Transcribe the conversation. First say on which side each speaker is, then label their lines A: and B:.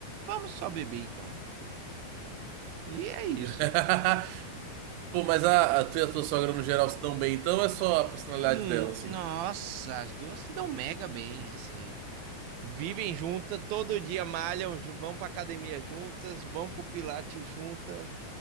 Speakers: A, on the right (about 70°); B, on the right (about 85°).
A: vamos só beber então. E é
B: <laughs>
A: isso.
B: Pô, mas a, a tua e a tua sogra no geral se dão bem, então ou é só a personalidade
A: Mu-
B: dela, assim.
A: Nossa, as duas se dão mega bem, assim. Vivem juntas, todo dia malham, ju- vão pra academia juntas, vão pro Pilates juntas.